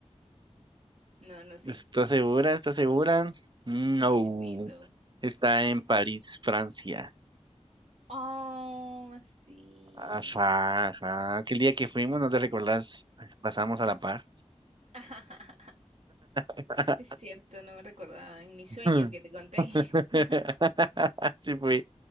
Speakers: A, on the right (about 65°); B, on the right (about 40°).
A: No, no sé.
B: ¿Estás segura? ¿Estás segura? No.
A: Me rindo.
B: Está en París, Francia.
A: Oh, sí.
B: Ajá, ajá. Aquel día que fuimos, ¿no te recordás? Pasamos a la par.
A: <laughs>
B: <laughs>
A: Es cierto, no me recordaba en mi sueño
B: Mm.
A: que te conté.
B: <laughs>
A: <laughs>
B: Sí fui.